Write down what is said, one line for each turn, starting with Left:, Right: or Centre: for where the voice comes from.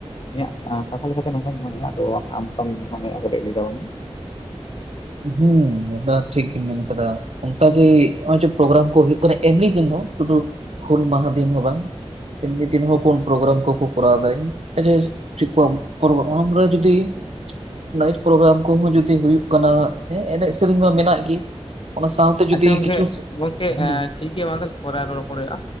Left: ᱤᱧᱟᱹᱜ ᱟᱸ ᱠᱟᱛᱷᱟ ᱞᱮᱠᱟᱛᱮ ᱱᱚᱝᱠᱟᱧ ᱢᱚᱱᱮᱭᱟ, ᱟᱫᱚ ᱟᱢ ᱚᱠᱟᱢ ᱢᱚᱱᱮᱭᱟ ᱠᱟᱹᱴᱤᱡ ᱞᱟᱹᱭ ᱛᱟᱵᱚᱱ ᱢᱮ᱾
Right: ᱦᱩᱸ ᱢᱮᱱᱫᱚ ᱴᱷᱤᱠ ᱜᱤᱢ ᱢᱮᱱ ᱠᱟᱫᱟ᱾ ᱚᱝᱠᱟᱜᱮ ᱦᱚᱸᱜᱼᱚᱭ ᱡᱮ ᱯᱨᱳᱜᱨᱟᱢ ᱠᱚ ᱦᱩᱭᱩᱜ ᱠᱟᱱᱟ ᱮᱢᱱᱤ ᱫᱤᱱ ᱦᱚᱸ ᱥᱩᱫᱩ ᱦᱩᱞ ᱢᱟᱦᱟ ᱫᱤᱱ ᱦᱚᱸ ᱵᱟᱝ᱾ ᱮᱢᱱᱤ ᱫᱤᱱ ᱦᱚᱸ ᱠᱚᱱ ᱯᱨᱳᱜᱨᱟᱢ ᱠᱚᱠᱚ ᱠᱚᱨᱟᱣ ᱫᱟᱭ <unintelligible> <unintelligible> ᱡᱩᱫᱤ ᱱᱟᱭᱤᱴ ᱯᱨᱳᱜᱨᱟᱢ ᱠᱚᱦᱚᱸ ᱡᱩᱫᱤ ᱦᱩᱭᱩᱜ ᱠᱟᱱᱟ ᱦᱮᱸ ᱮᱱᱮᱡ ᱥᱮᱨᱮᱧ ᱢᱟ ᱢᱮᱱᱟᱜ ᱜᱮ᱾ ᱚᱱᱟ ᱥᱟᱶᱛᱮ ᱡᱩᱫᱤ
Left: ᱟᱪᱪᱷᱟ ᱜᱚᱝᱠᱮ
Right: ᱠᱤᱪᱷᱩ
Left: ᱜᱚᱝᱠᱮ
Right: ᱦᱩᱸ
Left: ᱮᱸ ᱴᱷᱤᱠ ᱜᱮᱭᱟ ᱢᱟ ᱛᱟᱦᱞᱮ ᱯᱚᱨᱮ ᱟᱨᱚ ᱨᱚᱯᱚᱲ ᱦᱩᱭᱩᱜᱼᱟ᱾